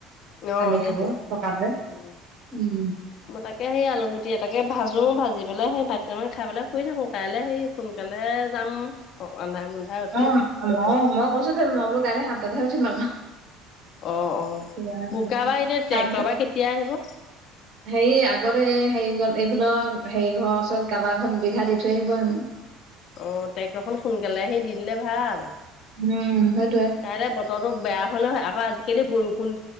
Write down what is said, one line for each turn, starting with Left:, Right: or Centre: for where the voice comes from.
Left: অ',
Right: পানী
Left: সেইটোৱে।
Right: খাব পকাৰটোৱে,
Left: উম
Right: উম।
Left: মই তাকে হেই আলুগুটি তাকে ভাজো ভাজি পেলাই সেই ভাত কেইটামান খাই পেল শুই থাকো, কাইলে হেই সোনকালে যাম অ, আন্ধাৰে-মোন্ধাই উঠি।
Right: অ মই
Left: বতৰ
Right: <unintelligible> মই বোলো কাইলে সাত তাতহে উঠিম আকৌ।
Left: অ, অ,
Right: উঠিম
Left: বোকা বা এতিয়া
Right: তাৰপিছত
Left: ট্ৰেক্টৰ বা কেতিয়া আহিব?
Right: হেৰি আগতে হেৰি গ'ল এইফালৰ হেৰি ঘৰ ওচৰত কাৰোবাৰ ঘৰত দুবিঘা দি থৈ আহিব হেনো।
Left: অ' টেক্টৰখন সোনকালে আহি দি দিলে ভাল।
Right: উম, সেই
Left: কাইলৈ বতৰটো বেয়া হলে হয়, আকৌ আজিকালি বৰষুণ